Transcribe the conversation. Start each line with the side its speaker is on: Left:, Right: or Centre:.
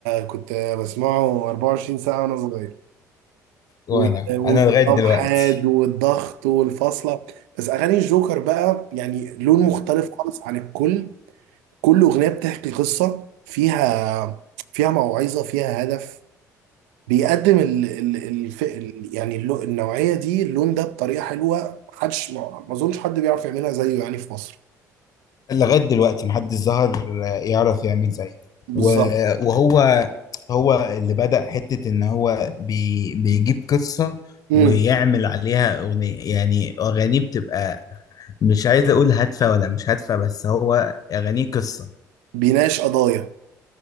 Right: كنت بسمعه 24 ساعه وانا صغير
Left: وانا
Right: و- وانقسام
Left: انا لغاية دلوقتي
Right: حاد والضغط والفاصله بس اغاني الجوكر بقى يعني لون مختلف خالص عن الكل كل أغنية بتحكي قصة فيها فيها موعظة فيها هدف بيقدم ال ال الف ال يعني اللو النوعية دي اللون ده بطريقة حلوة محدش ما ما أظنش حد بيعرف يعملها زيه يعني في مصر
Left: لغاية دلوقتي محدش ظهر يعرف يعمل زيه
Right: بالظبط
Left: و- وهو هو اللي بدأ حتة إن هو بي بيجيب قصة
Right: امم
Left: ويعمل عليها أغنية يعني أغانيه بتبقى مش عايز أقول هادفة ولا مش هادفة بس هو أغانيه قصة
Right: بيناقش قضايا